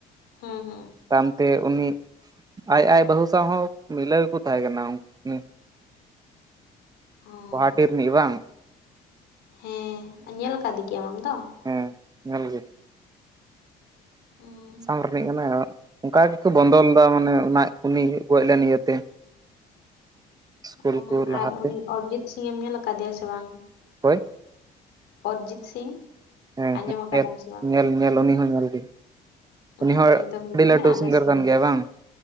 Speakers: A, on the left; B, on the right.
A: ᱦᱩᱸ ᱦᱩᱸ᱾
B: ᱛᱟᱭᱚᱢᱛᱮ ᱩᱱᱤ ᱟᱡ ᱟᱡ ᱵᱟᱹᱦᱩ ᱥᱟᱶ ᱦᱚᱸ ᱢᱤᱞᱟᱹᱣ ᱜᱮᱠᱚ ᱛᱟᱦᱮᱸ ᱠᱟᱱᱟ ᱩᱝᱠ ᱩᱱᱤ᱾ <inaudible>
A: ᱚ,
B: ᱜᱳᱦᱟᱴᱤ ᱨᱤᱱᱤᱡ ᱵᱟᱝ
A: ᱦᱮᱸ, ᱧᱮᱞ ᱟᱠᱟᱫᱮ ᱜᱮᱭᱟᱢ ᱟᱢ ᱫᱚ?
B: ᱦᱮᱸ, ᱧᱮᱞ ᱜᱮ᱾
A: ᱦᱩᱸ᱾
B: ᱟᱥᱟᱢ ᱨᱤᱱᱤᱡ ᱠᱟᱱᱟᱭ ᱚᱱᱠᱟ ᱜᱮᱠᱚ ᱵᱚᱱᱚᱫᱚ ᱞᱮᱫᱟ ᱢᱟᱱᱮ ᱚᱱᱟ ᱩᱱᱤᱭ ᱜᱚᱡ ᱞᱮᱱ ᱤᱭᱟᱹᱛᱮ᱾ <inaudible> ᱤᱥᱠᱩᱞ
A: ᱚᱸ
B: ᱠᱚ ᱞᱟᱦᱟᱛᱮ
A: ᱟᱨ ᱩᱱᱤ ᱚᱨᱤᱡᱤᱛ ᱥᱤᱝᱮᱢ ᱧᱮᱞ ᱠᱟᱫᱮᱭᱟ ᱥᱮ ᱵᱟᱝ?
B: ᱚᱠᱚᱭ
A: ᱚᱨᱡᱤᱛ ᱥᱤᱝ
B: ᱦᱮᱸ
A: ᱟᱸᱡᱚᱢ ᱟᱠᱟᱫᱟᱢ
B: ᱦᱮᱸ
A: ᱥᱮ ᱵᱟᱝ?
B: ᱧᱮᱞ, ᱧᱮᱞ ᱧᱮᱞ ᱩᱱᱤ ᱦᱚᱸ ᱧᱮᱞ ᱜᱮ᱾
A: ᱚ
B: ᱦᱚᱸ
A: ᱩᱱᱤ ᱫᱚ ᱦᱩᱭᱩᱜ
B: ᱟᱹᱰᱤ
A: ᱠᱟᱱᱟᱭ
B: ᱞᱟᱹᱴᱩ
A: ᱟᱞᱮᱥᱤᱱᱤᱡ
B: ᱥᱤᱝᱜᱟᱨ ᱠᱟᱱ ᱜᱮᱭᱟᱭ ᱵᱟᱝ